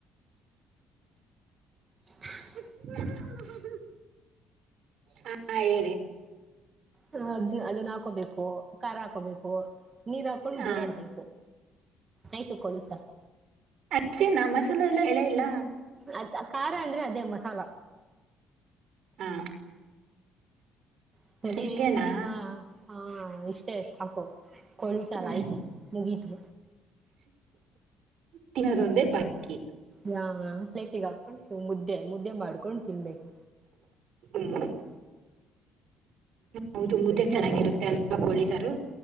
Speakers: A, on the right; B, on the right.
A: <unintelligible>
B: <unintelligible> ಹಾ ಹೇಳಿ.
A: ಅ ಅದು ಅದನ್ನ ಹಾಕೋಬೇಕು ಖಾರ ಹಾಕೋಬೇಕು. ನೀರ್ ಹಾಕೊಂಡ
B: ಹಾ
A: ಗುರಾಡ್ಬೇಕು ಆಯ್ತು ಕೋಳಿ ಸಾರ್.
B: ಅಷ್ಟೇನ ಮಸಾಲ ಎಲ್ಲಾ ಹೇಳೆ ಇಲ್ಲ.
A: ಅದ ಖಾರ ಅಂದ್ರೆ ಅದೇ ಮಸಾಲಾ.
B: ಹಾ
A: <unintelligible> ದೇ
B: ಇಷ್ಟೇನಾ
A: ಏನು ನಿಮ್ಮ ಹಾ ಇಷ್ಟೇ ಸಾಕು ಕೊಳಿ ಸಾರ್
B: ಹ್ಮ್
A: ಆಯ್ತು ಮುಗೀತು.
B: ತಿನ್ನೋದೊಂದೇ ಬಾಕಿ.
A: ಹಾ ಪ್ಲೇಟಿಗ ಹಾಕೊಂಡ ಮುದ್ದೆ ಮುದ್ದೆ ಮಾಡ್ಕೊಂಡ ತಿನ್ಬೇಕು.
B: ಹ್ಮ್ ಹೌದು ಮುದ್ದೆಗ ಚೆನ್ನಾಗಿರುತ್ತೆ
A: ಮತ್ತೆ
B: ಅಲ್ ಕೋಳಿ ಸಾರು.